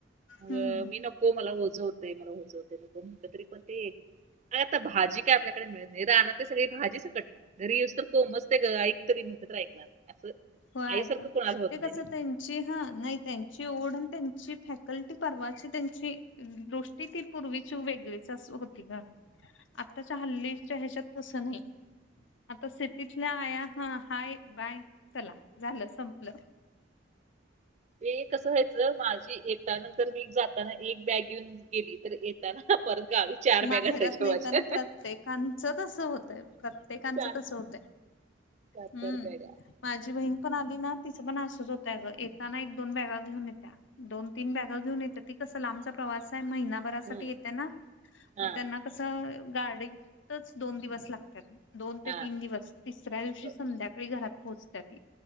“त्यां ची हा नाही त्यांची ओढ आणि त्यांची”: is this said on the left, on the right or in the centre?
Left